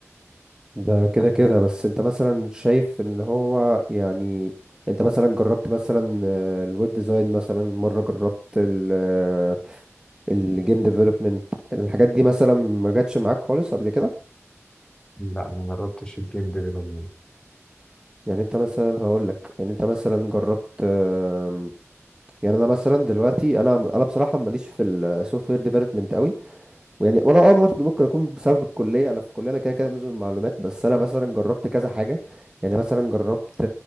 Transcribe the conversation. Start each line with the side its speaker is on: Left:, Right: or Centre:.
Right: ده كده كده بس انت مثلا شايف ان هو يعني انت مثلا جربت مثلا آه، الويب ديزاين مثلا مره جربت ال- آه، الجيم ديفلوبمنت الحاجات دي مثلا ما جاتش معاك خالص قبل كده
Left: لا مجربتش الجيم ديفلوبمنت
Right: يعني انت مثلا هقول لك يعني انت مثلا جربت آم، يعني انا مثلا دلوقتي انا انا بصراحه ماليش في السوفت وير ديفلوبمنت قوي ويعني وانا اه برضه ممكن اكون بسبب الكليه انا في الكليه انا كده كده نظم معلومات بس انا مثلا جربت كذا حاجه يعني مثلا جربت